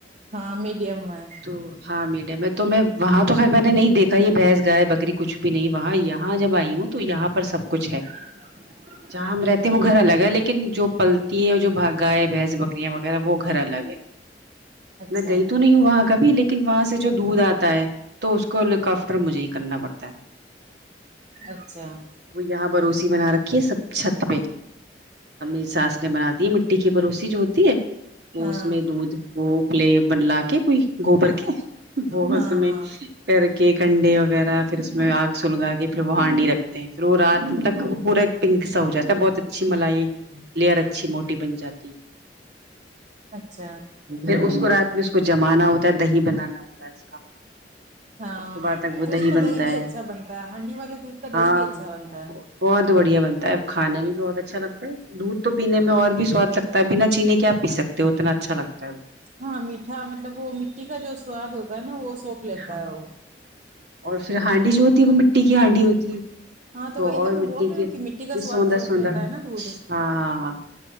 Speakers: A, on the right; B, on the right.
A: ہاں میڈیم میں <inaudible>
B: تو ہاں میڈیم ہے تو میں وہاں تو خیر میں نے نہیں دیکھا یہ بھیحنس گائے بکری کچھ بھی نہیں وہاں یہاں جب آئی ہوں تو یہاں پر سب کچھ ہے
A: ج <unintelligible> <inaudible>
B: ج ہم رہتے ہو گھر الگ ہے لیکن جو پلتی ہیں جو بھاگا ہے بھینس بکریاں وغیرہ وہ گھر الگ ہے
A: اچھا
B: میں گئی تو نہیں ہوں وہاں کا بھی لیکن وہاں سے جو دودھ آتا ہے تو اس ہیل کاپٹر مجھے ہی کرنا پڑتا ہے
A: اچھا
B: وہ یہاں بروسی بنا رکھی ہے سب چھت پہ ی ساس نے بنا دی مٹی کی بوسی جو ہوتی ہے وہ
A: ہاں
B: اس میں دودھ وہ پلے بنلا کے کوئی گوبر کے بت
A: ہاں
B: س میں
A: ہاں
B: کر کے کنڈے وغیرہ پھر اس میں آگ سلگا کے پھر وہ ہانڈی رکھتے ہیں پھر وہ رات تک پورا پنک سا ہو جاتا ہے بہت اچھی ملائی لیئر اچھی موٹی بن جاتی ہے
A: اچھا
B: پھر اس کو رات میں اس کو جمانا ہوتا ہے دہی بنانا ہوتا ہے اس کا
A: ہاں
B: صبح تک وہ
A: تو اس کا
B: بنتا
A: دہی بھی
B: ہے
A: اچھا بنتا ہے ہانڈی والے دودھ کا دہی
B: ہاں
A: بھی اچھا بنتا ہے
B: بہت بڑھیا بنتا ہےب کھانا بھی بہت اچھا لگتا ہے دودھ تو پینے میں اور بھی سواد لگتا ہے بنا چینے کے کیا پی سکتے ہو اتنا اچھا لگتا ہے وہ
A: ہاں میٹھا مطلب وہ مٹی کا جو سواد ہوتا ہے نا وہ سوپ لیتا
B: ہاں
A: ہے وہ
B: اور پھر ہانڈی جو ہوتی ہے وہ مٹی کی ہانڈی ہوتی ہے
A: ہاں
B: تو
A: وہی
B: اور
A: میں
B: مٹی
A: بول رہی
B: کے
A: ہوں کہ مٹی کا
B: یہ
A: سواد
B: سوندہ
A: سوک
B: سوندہ
A: لیتا ہے نا دودھ
B: ہاں ہاں ہاں